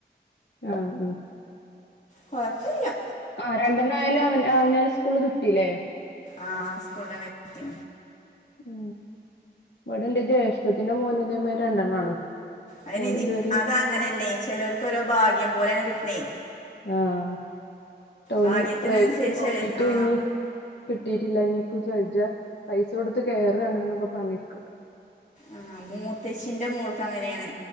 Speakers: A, on the left; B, on the left.
A: ആ ആ
B: കെഴ്പ്പില്ല
A: ആ രണ്ടെണ്ണം ആയാലും അവൻ അവന സ്കൂള് കിട്ടീല്ലേ?
B: ആഹ ആ സ്കൂളന്നെ കിട്ടി
A: ഉ ഇവിടെ ന്റെ ജ്യേഷ്ഠത്തിന്റെ മോനെ ഇതേമാതിരി രണ്ടെണ്ണാണ്.
B: അതിന്
A: ഓന്
B: ഇത്
A: ഇതുവരെ
B: അത അങ്ങനെയല്ലേ ചിലവർക്ക്ഓരോ ഭാഗ്യം പോലെയാണ് കിട്ടണേ.
A: ആഹ ടോന്
B: ഭാഗ്യത്തിനനുസരിച്ച്
A: ട്രെൽ നോക്കിട്ട്
B: ആ
A: ഇനി കിട്ടിട്ടില്ല വജ്ജ പൈസ കൊടുത്ത് കയറാണ് എന്നൊക്കെ പറഞ്ഞിരിക്ക്ണ്ട്.
B: ആഹ മൂത്തച്ഛിന്റെ മോൾക്ക് അങ്ങനെയാണ്